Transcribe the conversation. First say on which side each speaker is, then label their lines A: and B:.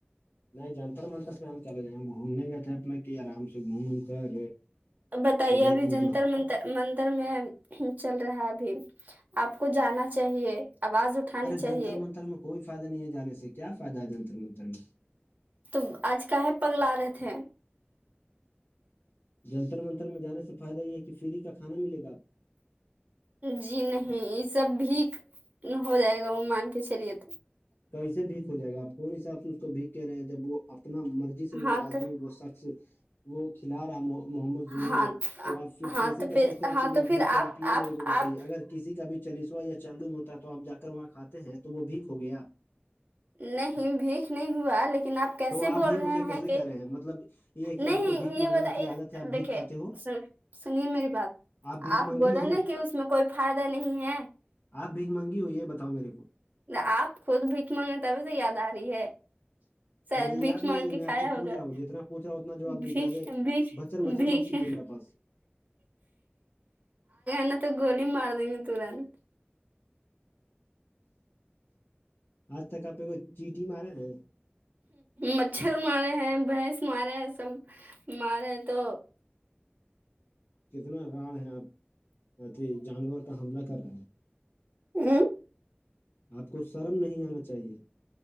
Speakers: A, on the left; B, on the right.
A: نہیں جنتر منتر سے ہم چلے ہم گھومنے گئے تھے اپنا کی آرام سے گھوم ام کر
B: بتائیے
A: ادھر
B: ابھی
A: انجو
B: جنتر منتر متر میں چل رہا ہے ابھی آپ کو جانا چاہیے آواز اٹھانی
A: ارے
B: چاہیے
A: جنتر منتر میں کوئی فائدہ نہیں ہے جان سے کیا فائد ہے جنتر منتر میں
B: تو آج کا ہے پگ رہے تھے
A: جنتر منتر میں جانے سے فائدہ یہ ہے کہ فری کا کھانا ملے گا کو
B: جی نہیں یہ سب بھی ہو جائے گا وہ مان کے چلیے تو
A: کیسے بھیک ہو جائے گا آپ کون حساب سے اس کو بھیک کہہ رہے ہیں جب وہ اپنا مرضی سے وہ
B: ہاں
A: آدمی
B: تو
A: وہ شخص وہ کھلا رہا ہے محمد زنید
B: ہاں
A: تو آپ پھر
B: ہاں
A: کیسے
B: تو
A: کر
B: پھر
A: سکتے ہیں
B: ہاں
A: کہ وہ
B: تو پھر
A: بھیھیک ہے آپ یہ میرے کو بتائیے
B: آپ
A: اگر کسی کا بھی چلیسوا یا چالوم ہوتا تو آپ جا کر وہاں کھاتے ہیں تو وہ بھیھیک ہو گیا
B: نہیں بھیھیک نہیں ہوا لیکن آپ کیسے
A: تو
B: بول
A: بھیک
B: رہے
A: اسے کیسے
B: ہیں کہ
A: کرے مطلب یہ ہے کہ
B: نہیں
A: آپ کو بھیک
B: یہ
A: مانگنے
B: بت
A: کی عادت ہے آپ
B: دیکھے
A: بھیک کھاتے ہو
B: س سنیے میری بات
A: بھیک
B: آپ
A: مانگی
B: بول
A: ہو
B: رہے نا کہ اس میں کوئی فائدہ نہیں ہے
A: آپ بھیگ مانگی ہو یہ بتاؤ میرے کو
B: آپ خود بھیھک مگے تبھی سے یاد آ رہی ہے شاید
A: مجھے یاد
B: بھیک
A: نہیں
B: مانگ
A: آ رہی
B: کے
A: میں
B: کھایا
A: آ سے
B: ہوگا
A: پوچ رہا ہوں جتنا پوچ رہا ہوں اتنا جو آب
B: بھیک
A: زیادہ
B: بھیک
A: بچر بچر
B: بھیک
A: مت کیجیے میرے پاس <unintelligible>
B: نا تو گولی مار دیں گے تورنت
A: آج تک آپ کو چیٹی مارے ہیں
B: مچھر مارے ہیں بھینس مارے ہیں سب مارے ہیں تو
A: کتنا راڑ ہے آپ اھی جانور کا حملہ کر رہے ہیں
B: اوں
A: آپ کو شرم نہیں آنا چاہیے